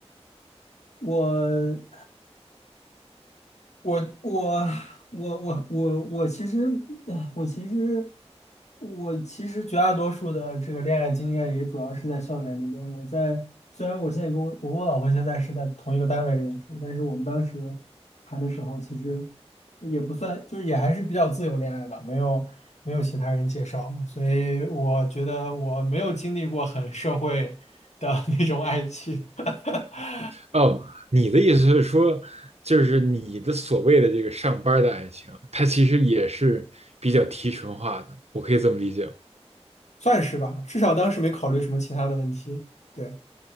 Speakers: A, on the left (about 85°); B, on the right (about 70°).
A: 我我我我我我我其实，哎我其实，我其实绝大多数的这个恋爱经验也主要是在校园里边。我在虽然我现在跟我我跟我老婆现在是在同一个单位认识但是我们当时谈的时候，其实也不算，就是也还是比较自由恋爱吧，没有没有其他人介绍，所以我觉得我没有经历过很社会的 <laughs> 那种爱情。<laughs>
B: 哦，你的意思是说，就是你的所谓的这个上班儿的爱情，它其实也是比较提纯化的，我可以这么理解吗？
A: 算是吧，至少当时没考虑什么其他的问题。对，